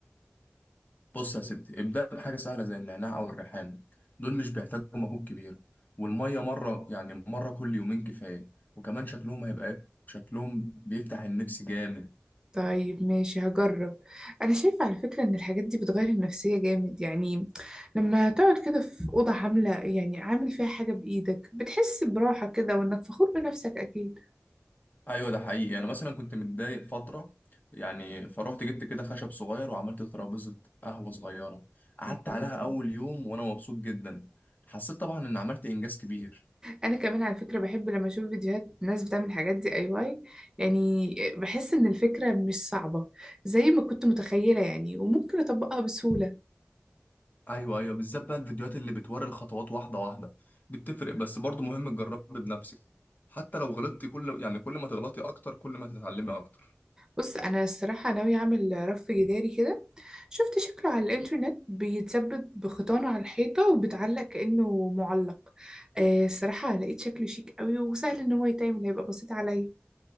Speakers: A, on the left (about 45°); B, on the right (about 15°).
A: بص يا ستي ابدأ بحاجة سهلة زي النعناع أو الريحان دول مش بيحتاجوا مجهود كبير والمية مرة يعني مرة كل يومين كفاية وكمان شكلهم هيبقى إيه؟ شكلهم بيفتح النفس جامد
B: طيب ماشي هجرب انا شايفه على فكره ان الحاجات دي بتغير النفسيه جامد يعني لما تقعد كده في اوضه عامله يعني عامل فيها حاجه بايدك بتحس براحه كده وانك فخور بنفسك اكيد
A: أيوة ده حقيقي أنا مثلا كنت متضايق فترة يعني فروحت جبت كده خشب صغير وعملت ترابيزة قهوة صغيرة قعدت
B: مم.
A: عليها أول يوم وأنا مبسوط جدا حسيت طبعا إن عملت إنجاز كبير
B: انا كمان على فكره بحب لما اشوف فيديوهات ناس بتعمل الحاجات دي اي واي يعني بحس ان الفكره مش صعبه زي ما كنت متخيله يعني وممكن اطبقها بسهوله
A: ايوه ايوه بالذات بقى الفيديوهات اللي بتوري الخطوات واحده واحده دي بتفرق بس برضه مهم تجربي بنفسك حتى لو غلطتي كل يعني كل ما تغلطي اكتر كل ما تتعلمي اكتر
B: بص انا الصراحه ناوي اعمل رف جداري كده شفت شكله على الانترنت بيتثبت بخيطان على الحيطه وبتعلق كانه معلق آه الصراحه لقيت شكله شيك قوي وسهل ان هو يتعمل هيبقى بسيط عليا